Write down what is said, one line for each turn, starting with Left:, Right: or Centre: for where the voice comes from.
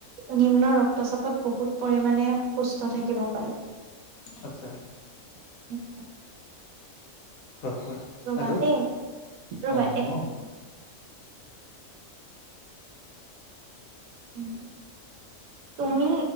Right: নিম্ন ৰক্তচাপত বহুত পৰিমানে সুস্থ থাকিব পাৰি।
Left: আচ্ছা
Right: অ <inaudible>
Left: কোৱা কোৱা
Right: ৰ'বা
Left: আৰু
Right: দেই ৰবা
Left: অ'
Right: এক চেকেণ্ড উম। তুমি